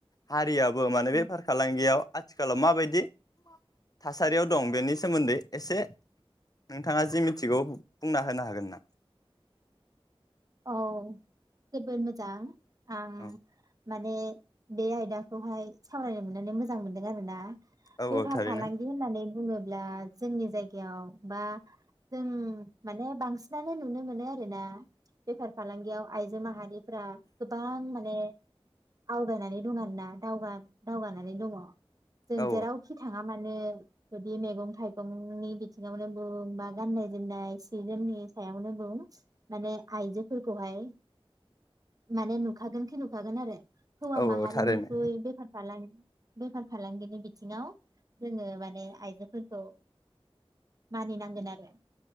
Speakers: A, on the left; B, on the right.
A: हारिया बो माने
B: ओं
A: बेफार फालांगियाव आथिखालाव माबायदि थासारियाव दं बेनि सोमोन्दै एसे नोंथाङा जि मिथिगौ बुंना होनो हागोन ना?
B: औ। जोबोर मोजां। आ
A: औ
B: माने बे आयदाखौहाय सावरायनो मोननानै मोजां मोन्दों आरो ना।
A: औ
B: बेफार
A: औ थारैनो
B: फालांगि होननानै बुङोब्ला जोंनि जायगायाव बा जों माने बांसिनानो नुनो मोनो आरोना। बेफार फालांगियाव आइजो माहारिफ्रा गोबां माने आवगायनानै दं आरो ना। दावगा-दावगानानै दङ जों
A: औ
B: जेरावखि थाङा। माने जुदि मेगं थाइगंनि बिथिङावनो बुं बा गाननाय जोमनाय सि जोमनि सायावनो बुं माने आइजोफोरखौहाय माने नु खागोन खि नुखागोन आरो हौवा
A: औ
B: माहारिनिख्रुइ
A: औ थारैनो
B: बेफार फालां बेफार फालांगिनि बिथिङाव जोङो माने आइजोफोरखौ मानिनांगोन आरो